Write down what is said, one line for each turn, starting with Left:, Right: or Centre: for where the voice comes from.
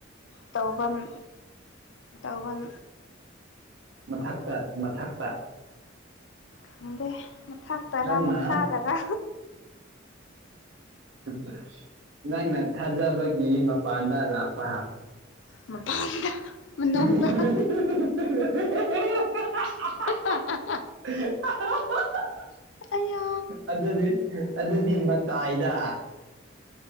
Left: ꯇꯧꯐꯝꯟ ꯇꯧꯧꯕꯟ
Right: ꯃꯊꯛꯇ ꯃꯊꯛꯇ
Left: ꯈꯪꯗꯦ ꯃꯊꯥꯛꯇꯔꯥ
Right: ꯅꯪꯅ
Left: ꯃꯈꯥꯗꯔꯥ
Right: <inaudible> ꯅꯪꯅ ꯊꯥꯖꯕꯒꯤ ꯃꯄꯥꯟꯗ ꯂꯥꯛꯄ
Left: ꯃꯄꯥꯟꯗ ꯃꯅꯨꯡꯗ
Right: <inaudible>
Left: ꯑꯥ ꯑꯥ
Right: <inaudible>
Left: ꯑꯌꯥ
Right: ꯑꯗꯨꯗꯤ ꯑꯗꯨꯗꯤ ꯃꯇꯥꯏꯗ